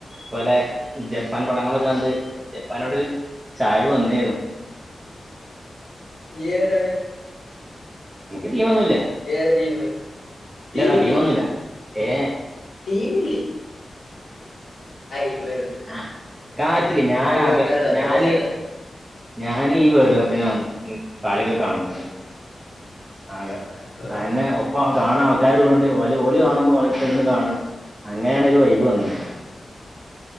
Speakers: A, on the right; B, on the left.
A: പോലെ ജപ്പാൻ പടങ്ങളൊക്കെ കണ്ട് ജപ്പാനോട് ചായിവ് വന്ന്ന്നു
B: നിയെതണ്
A: എനിക്ക് ടീമൊന്നുല്ല
B: ഏതാ ടീമ്
A: ഇല്ലടാ
B: ടീമില്ലേ
A: ടീമൊന്നുല്ല ഏ
B: ടീമില്ലേ അയി വെറു
A: അ കാര്യത്തില് ഞൻകെ
B: വെക്കാലോ
A: ഞാന്
B: രസല്ലേ
A: ഞാന് ഈ വേഡ് കാപ്പിനാ വ <unintelligible> കളി ഒക്കെ കാണിചിന്നു അതെ
B: ആഹ്
A: അയന്നെ ഒപ്പ കാണാ ആൾക്കാർ ഉള്ളണ്ട്ഓലെ ഓലി കാണുമ്പോൾഒലർത്
B: ആഹ്
A: ന്ന് കാണാം
B: ആഹ്
A: അങ്ങനെയണ് ഒരു വൈബ് വന്നത്